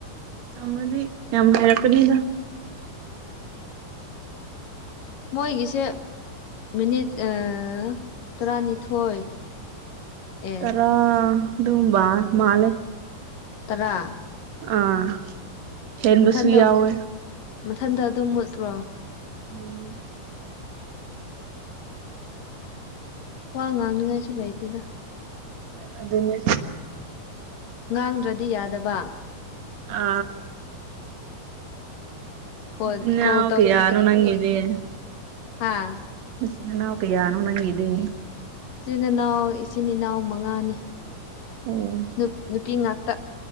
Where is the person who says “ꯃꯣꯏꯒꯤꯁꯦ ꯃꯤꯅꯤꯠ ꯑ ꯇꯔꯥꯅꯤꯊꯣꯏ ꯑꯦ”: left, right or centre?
Left